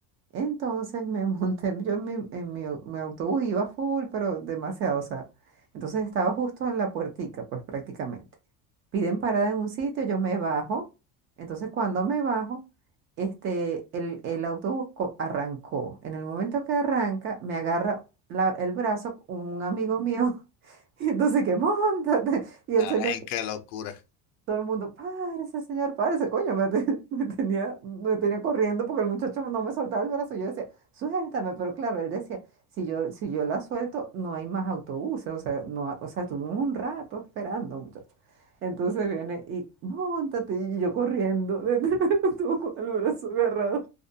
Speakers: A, on the right (about 35°); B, on the left (about 60°).
A: Entonces me <laughs> monté yo en mi, en mi, au- mi autobús, iba full, pero demasiado, o sea, entonces estaba justo en la puertica, pues prácticamente. Piden parada en un sitio, yo me bajo, entonces cuando me bajo, este, el, el autobús co- arrancó. En el momento que arranca, me agarra la- el brazo un amigo mío, <laughs> y entonces que montate, <laughs> y el señor,
B: Ay, qué locura.
A: todo el mundo, párese, señor, párese, coño. Me, te- <laughs> me tenía, me tenía corriendo porque el muchacho no me soltaba el brazo. Yo decía, suéltame, pero claro, él decía, si yo, si yo la suelto, no hay más autobuses. O sea, no, ha- o sea, tuvimos un rato esperando, muchacho. Entonces viene y, móntate, y yo corriendo, <laughs> detrás del autobús con el brazo agarrado.